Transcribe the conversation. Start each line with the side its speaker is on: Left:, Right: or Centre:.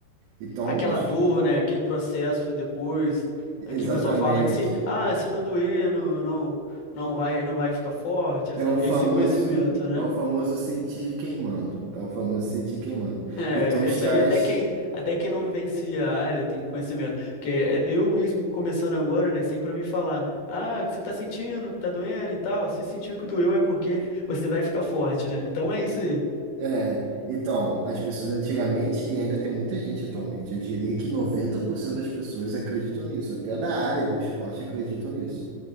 Right: Então,
Left: aquela
Right: os-
Left: dor, né? Aquele processo depois.
Right: exatamente.
Left: Aqui o pessoal fala que se, ah, se não doer, não, não, não vai, não vai ficar forte, essa-
Right: É o famoso,
Left: esse conhecimento, né?
Right: é o famoso sentir queimando. É o famoso sentir queimando.
Left: É,
Right: Então, os
Left: isso
Right: caras,
Left: aí até quem, até quem não vivencia a área tem conhecimento. Porque é, eu mesmo começando agora, né, sempre ouvi falar, ah, o que você tá sentindo, que tá doendo e tal. Se sentiu que doeu é porque você vai ficar forte, né? Então é isso aí.
Right: é, então, as pessoas antigamente, e ainda tem muita gente atualmente, eu diria que 90% das pessoas acreditam nisso, até da área do esporte acreditam nisso.